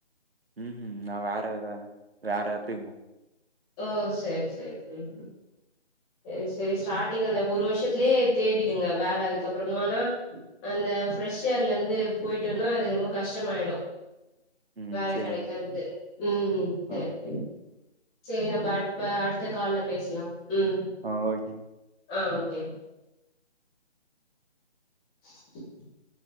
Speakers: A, on the right; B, in the centre.
A: ம்ஹும் நா வேற வேல வேற எடத்துக்கு போகனு
B: ஓ சேரி சேரி சேரி செரி செரி ஸ்டார்டிங் அந்த ஒரு வருஷத்துலயே தேடிடுங்க வேல அதுக்கப்பறமானா அந்த ப்ரெஷ் ஏர்ல இருந்து போயிட்டோனா அது ரொம்ப கஷ்டமாயிடு
A: ம்
B: வேலை
A: சரிங்க.
B: கிடைக்கறது ம் ம்
A: ஆ,
B: சேரி சேரி செரி நம்ம அப்ப அடுத்த கால்ல பேசலா ம்
A: ஆ ஓகே.
B: ஆ கே <unintelligible>